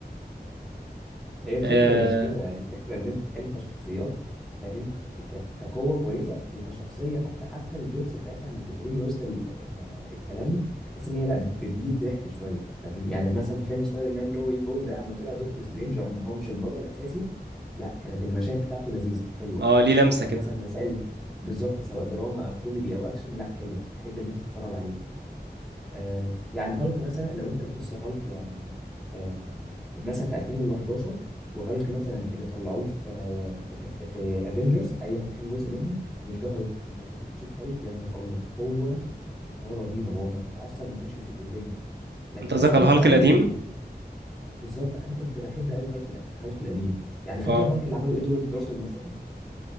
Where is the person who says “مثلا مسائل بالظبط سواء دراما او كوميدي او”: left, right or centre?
Centre